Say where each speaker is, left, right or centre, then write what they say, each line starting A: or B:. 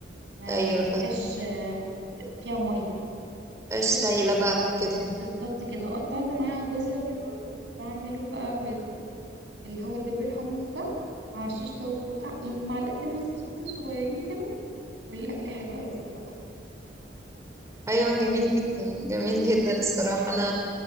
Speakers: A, on the right; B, on the right.
A: ما
B: ايوه
A: ما تبقاش
B: فهمت
A: آه، ز- فيها مية
B: مبقاش
A: بس
B: سايله بقى كده
A: بالظبط كده وقطعت معاها جزر كده كنت بعمله بقى بال باللي هو دب الحمص ده مع شيش طاووق و- يعني معلقتين رز بسمتي صغيرين كده والأكل حلو قوي صراحة بس
B: ايوه جميل جدا جميل جدا الصراحه انا